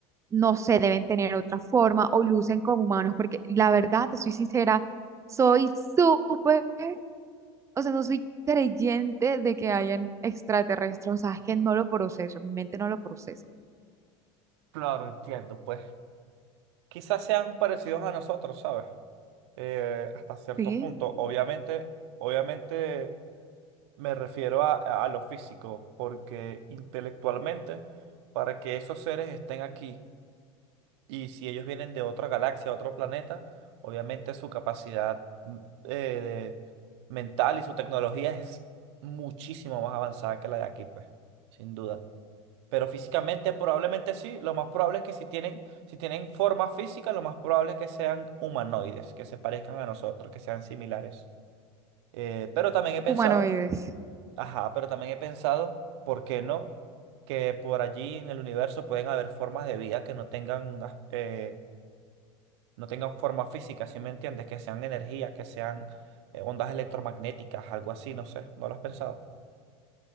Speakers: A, on the right (about 20°); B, on the right (about 75°).
A: no sé, deben tener otra forma o lucen como humanos? Porque la verdad, te soy sincera, soy súper o sea, no soy creyente de que hayan extraterrestres, o sea, es que no lo proceso, mi mente no lo procesa,
B: Claro, entiendo, pues. Quizás sean parecidos a nosotros, ¿sabes? Eh, hasta cierto
A: ¿sí?
B: punto, obviamente, obviamente. Me refiero a, a lo físico, porque intelectualmente, para que esos seres estén aquí, y si ellos vienen de otra galaxia, otro planeta, obviamente su capacidad mm, eh, de- mental y su tecnología es muchísimo más avanzada que la de aquí, pues, sin duda. Pero físicamente probablemente sí, lo más probable es que si tienen, si tienen forma física, lo más probable es que sean humanoides, que se parezcan a nosotros, que sean similares. Eh, pero también he pensado
A: Humanoides.
B: Ajá, pero también he pensado, ¿por qué no? Que por allí en el universo pueden haber formas de vida que no tengan, as- eh, no tengan forma física, ¿sí me entiendes? Que sean energía, que sean eh, ondas electromagnéticas, algo así, no sé, ¿no lo has pensado?